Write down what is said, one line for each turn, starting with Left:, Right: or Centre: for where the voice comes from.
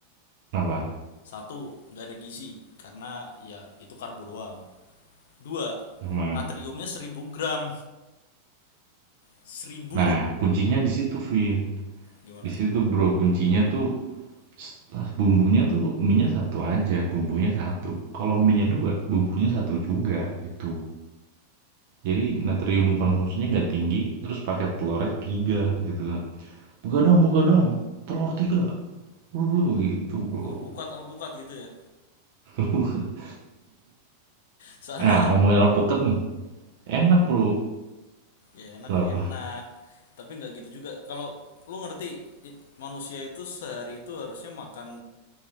Right: Kenapa?
Left: Satu, nggak ada gizi. Karena ya itu karbo doang. Dua,
Right: Emang
Left: natriumnya seribu gram. seribu
Right: Nah,
Left: loh.
Right: kuncinya di situ, Vin.
Left: Gimana?
Right: Di situ, Bro. Kuncinya tuh setelah bumbunya tuh minyak satu aja, bumbunya satu. Kalau minyak dua, bumbunya satu juga gitu. Jadi natrium konsumsinya nggak tinggi, terus pakai telurnya tiga gitu kan. Begadang, begadang, telur tiga. Bro, gitu, Bro.
Left: Alpukat, alpukat gitu ya.
Right: <laughs>
Left: <laughs> Soalnya
Right: Nah,
Left: kan
Right: ngomongin alpukat nih. Enak, Bro.
Left: ya enak-enak.
Right: Kenapa?
Left: Tapi nggak gitu juga. Kalau lu ngerti i- manusia itu sehari itu harusnya makan